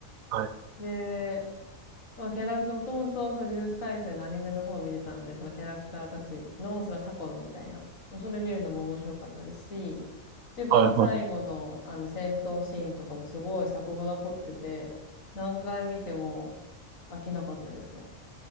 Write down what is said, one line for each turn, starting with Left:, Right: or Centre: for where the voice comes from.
Right: はい
Left: で、まあキャラクター、もともとその呪術廻戦のアニメの方を見てたんで、そのキャラクターたちのその過去のみたいな、それ見るのも面白かったですし、一番最後のあの戦闘シーンとかもすごい作画が凝ってて、
Right: はいはい。
Left: 何回見ても飽きなかったですね。